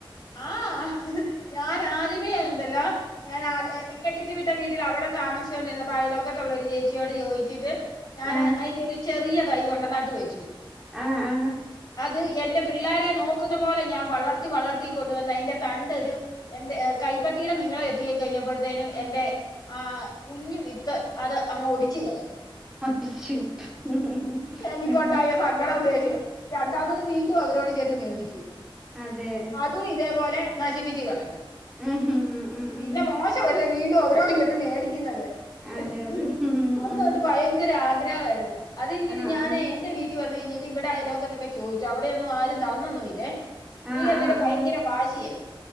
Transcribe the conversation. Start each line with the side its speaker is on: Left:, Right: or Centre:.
Left: ആഹ് ഹ് ഹ് ഞാൻ ആദ്യമേ ഉണ്ടല്ലോ ഞാൻ ആ ക്കെട്ടിച്ചു വിട്ട വീട്ടിൽ അവിടെ താമസിച്ചോണ്ടിരുന്നപ്പ അയലോകത്തുള്ളരു ചേച്ചിയോട് ചോദിച്ചിട്ട് ഞാന്
Centre: ആ
Left: അതിന്റെ ഒരു ചെറിയ തൈ കൊണ്ട നട്ട് വെച്ചു
Centre: ആഹ് ആഹ്..
Left: അത് എന്റെ പിള്ളോരെ നോക്കുന്ന പോലെ ഞാൻ വളർത്തി വളർത്തി കൊണ്ടുവന്ന അതിറെ തണ്ടരു എൻറെ കൈപ്പത്തീടെ നീളം എത്തി കഴിഞ്ഞപ്പോഴത്തേനും എന്റെ ആ കുഞ്ഞ് വിത്ത് അത് അങ്ങ് ഒടിച്ച് കളഞ്ഞു
Centre: അച്ചോ ഹ്
Left: എനിക്കുണ്ടായ
Centre: ഹ് ഹ്...
Left: സങ്കടവും ദേഷ്യം രണ്ടാമത് വീണ്ടും അവരോട് ചെന്ന് മേടിച്ചു
Centre: അതെ
Left: അതും ഇതേ പോലെ നശിപ്പിച്ചു കളഞ്ഞു
Centre: ഉം ഉം.. ഉം
Left: പിന്നെ
Centre: ഉം ഉം.
Left: മോശമല്ലേ വീണ്ടും അവരോട് ചെന്ന് മേടിക്കുന്നത്
Centre: അതെ
Left: ഹ്
Centre: അതെ ഉം
Left: അന്ന്
Centre: ഉം
Left: ന്നേട്ട് ഭയങ്കര ആഗ്ര ആഗ്രഹമായിരുന്നു അത് കഴിഞ്ഞിട്ട്
Centre: ആ
Left: ഞാൻ
Centre: ആ
Left: എന്റെ വീട്ടീ വന്ന് കഴിഞ്ഞട്ട് ഇവിടെ ആയലോക്കത്തൊക്കെ ചോദിച്ചു അവിടെയൊന്നും ആരും തന്നൊന്നുംല്ലേ എനിക്ക്അന്നേരം
Centre: ആ ആ
Left: ഭയങ്കര
Centre: ആ
Left: വാശിയായി